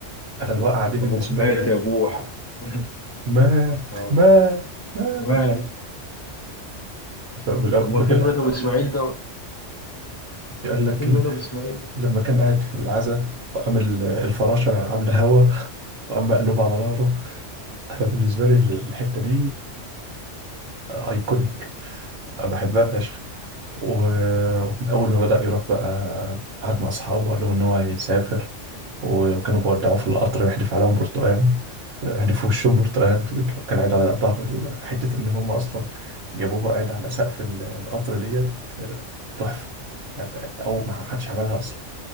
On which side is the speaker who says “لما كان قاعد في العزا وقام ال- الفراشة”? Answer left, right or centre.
Right